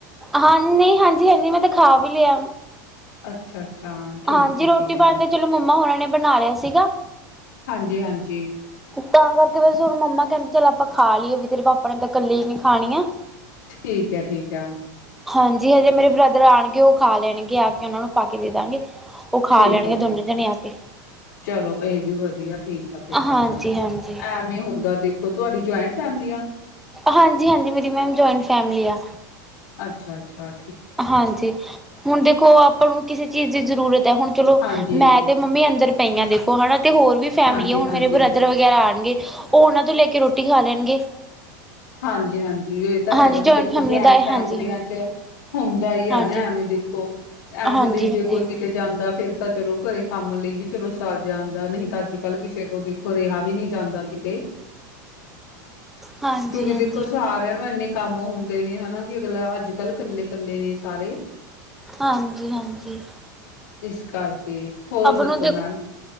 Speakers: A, in the centre; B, on the left.
A: ਹਾਂ ਨਹੀਂ ਹਾਂਜੀ, ਹਾਂਜੀ ਮੈਂ ਤਾਂ ਖਾ ਵੀ ਲਿਆ।
B: ਅੱਛਾ, ਅੱਛਾ ਠੀਕ
A: ਹਾਂਜੀ
B: ਹੈ,
A: ਰੋਟੀ
B: ਠੀਕ
A: ਪਾਣੀ
B: ਹੈ।
A: ਤਾਂ ਚਲੋ ਮੰਮਾ ਉਹਨਾਂ ਨੇ ਬਣਾ ਲਿਆ ਸੀਗਾ।
B: ਹਾਂਜੀ, ਹਾਂਜੀ।
A: ਤਾਂ ਕਰਕੇ ਵੈਸੇ ਮੰਮਾ ਕਹਿੰਦੀ ਚੱਲ ਆਪਾਂ ਖਾ ਲਈਏ ਵੀ ਤੇਰੇ ਪਾਪਾ ਨੇ ਤਾਂ ਕੱਲੇ ਨੀ ਖਾਣੀ ਆ।
B: ਠੀਕ ਹੈ, ਠੀਕ ਹੈ।
A: ਹਾਂਜੀ ਹਜੇ ਮੇਰੇ ਬ੍ਰਦਰ ਆਉਣਗੇ ਉਹ ਖਾ ਲੈਣਗੇ ਆ ਕੇ ਉਹਨਾਂ ਨੂੰ ਪਾ ਕੇ ਦੇ ਦਾਂਗੇ। ਉਹ ਖਾ
B: ਠੀਕ
A: ਲੈਣਗੇ
B: ਹੈ
A: ਦੋਨੇ
B: ਠੀਕ
A: ਜਣੇ ਆ ਕੇ
B: ਚਲੋ ਇਹ ਵੀ ਵਧੀਆ ਠੀਕ। ਈਮੇਲ
A: ਹਾਂਜੀ
B: ਮੈਮ
A: ਹਾਂਜੀ।
B: ਐਵੇ ਹੁੰਦਾ ਦੇਖੋ ਤੁਹਾਡੀ ਜਆਇੰਟ ਫੈਮਲੀ ਆ।
A: ਹਾਂਜੀ, ਹਾਂਜੀ ਮੇਰੀ ਮੈਮ ਜੁਆਇੰਟ ਫੈਮਲੀ ਆ।
B: ਅੱਛਾ, ਅੱਛਾ।
A: ਹਾਂਜੀ ਹੁਣ ਦੇਖੋ ਆਪਾਂ ਨੂੰ ਕਿਸੇ ਚੀਜ਼ ਦੀ ਜ਼ਰੂਰਤ ਹੈ ਹੁਣ ਚਲੋ
B: ਹਾਂਜੀ।
A: ਮੈਥ ਤੇ ਮੰਮੀ ਅੰਦਰ ਪਈਆਂ ਦੇਖੋ ਹਨਾ ਤੇ ਹੋਰ ਵੀ ਫੈਮਲੀ
B: ਹਾਂਜੀ-ਹਾਂਜੀ,
A: ਆ ਹੁਣ ਮੇਰੇ ਬ੍ਰਦਰ ਵਗੈਰਾ ਆਉਣਗੇ ਉਹ ਉਹਨਾਂ ਤੋਂ ਲੈ ਕੇ ਰੋਟੀ ਖਾ ਲੈਣਗੇ।
B: ਹਾਂਜੀ, ਹਾਂਜੀ ਇਹ ਤਾਂ ਹੈਗਾ
A: ਹਾਂਜੀ
B: ਵੀ ਦੇਖੋ
A: ਫੈਮਿਲੀ
B: ਜੁਆਇੰਟ
A: ਦਾ
B: ਫੈਮਲੀਆਂ
A: ਹਾਂਜੀ ਹਾਂਜੀ।
B: ਚ ਹੁੰਦਾ ਹੀ ਆ
A: ਹਾਂਜੀ
B: ਨਾ ਐਵੇਂ ਦੇਖੋ ਐਵੇਂ
A: ਹਾਂਜੀ
B: ਤਾਂ
A: ਹਾਂਜੀ
B: ਜੇ ਕੋਈ ਕਿਤੇ ਜਾਂਦਾ ਫੇਰ ਤਾਂ ਚਲੋ ਘਰੇ ਕੰਮ ਲਈ ਵੀ ਚਲੋ ਸਰ ਜਾਂਦਾ ਨਹੀਂ ਤਾਂ ਅੱਜ ਕੱਲ ਕਿਸੇ ਤੋਂ ਹੋ ਰਿਹਾ ਵੀ ਨਹੀਂ ਜਾਂਦਾ ਕਿਤੇ।
A: ਹਾਂਜੀ
B: ਕਿਉਂਕਿ
A: ਹਾਂਜੀ।
B: ਦੇਖੋ ਸਾਰਿਆਂ ਨੂੰ ਇੰਨੇ ਕੰਮ ਹੁੰਦੇ ਨੇ ਹਨਾ ਕਿ ਅਗਲਾ ਅੱਜ ਅੱਜ ਕੱਲ੍ਹ ਇਕੱਲੇ ਕੱਲੇ ਨੇ ਸਾਰੇ।
A: ਹਾਂਜੀ, ਹਾਂਜੀ।
B: ਇਸ ਕਰਕੇ ਹੋਰ ਦੱਸੋ
A: ਨੂੰ
B: ਮੈਮ